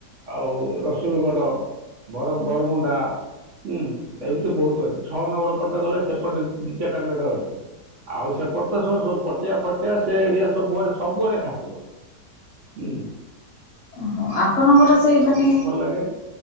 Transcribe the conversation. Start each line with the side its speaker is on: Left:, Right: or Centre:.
Right: ଆଉ ରସୁଲଗଡ଼ ବର ବରମୁଣ୍ଡା ହୁଁ ଏମିତି ବୋହୁତ ଅଛି। ଛଅ ନମ୍ବର ପଟେ ଗଲେ ସେପଟେ ଦି ଚାରିଟା ମେଢ ଅଛି। ଆଉ ସେପଟ ତ ସବୁ ସବୁ ପଟିଆ ଫଟିଆ ସେ ଏରିଆ ସବୁଆଡ଼େ ସବୁଆଡ଼େ ଠାକୁର ଉଁ।
Left: ହଁ ଆପଣଙ୍କର ସେ ମାନେ
Right: ଲାଗେ